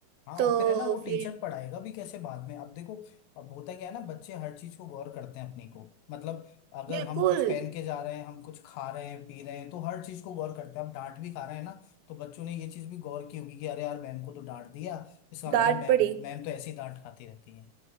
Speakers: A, on the left; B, on the right.
A: हाँ
B: तो
A: और फिर है ना वो टीचर
B: फिर
A: पढ़ाएगा भी कैसे बाद में अब देखो अब होता क्या है ना बच्चे हर चीज को गौर करते हैं अपनी को मतलब अगर
B: बिल्कुल
A: हम कुछ पहन के जा रहे हैं हम कुछ खा रहे हैं पी रहे हैं तो हर चीज को गौर करते हैं अब डांट भी खा रहे हैं ना तो बच्चों ने ये चीज भी गौर की होगी कि अरे यार मैम को तो डांट दिया इसका
B: डांट
A: मतलब मैम
B: पड़ी
A: मैम तो ऐसे ही डांट खाती रहती है